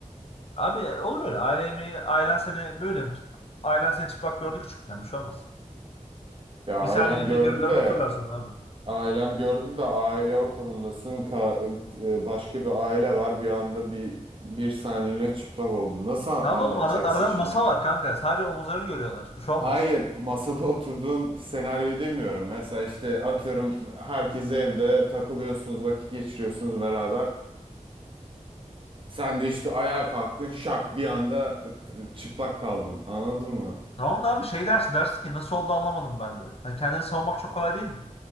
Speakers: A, on the left; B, on the right.
A: Abi e, olur öyle. ailemeyi ailen seni böyle mi? tut- Ailen seni çıplak gördü küçükken. Bir şey olmaz.
B: Ya
A: Bir saniyeliğine
B: ailem gördü
A: görürler
B: de
A: unuturlar sonra abi.
B: Ailem gördü de aile ortamındasın. Ka- e, başka bir aile var. Bir anda bir bir saniyeliğine çıplak oldu. Nasıl anlatacaksın
A: Tamam oğlum arada, arada
B: şimdi?
A: masa var kanka. Sadece omuzlarını görüyorlar. Bir şey
B: Hayır,
A: olmaz.
B: masada oturduğun senaryoyu demiyorum. Mesela işte atıyorum herkes evde takılıyorsunuz, vakit geçiriyorsunuz beraber. Sen de işte ayağa kalktın, şak bir anda t- çıplak kaldın. Anladın mı?
A: Tamam da abi şey dersin. Dersin ki nasıl oldu anlamadım ben de. Hani kendini savunmak çok kolay değil mi?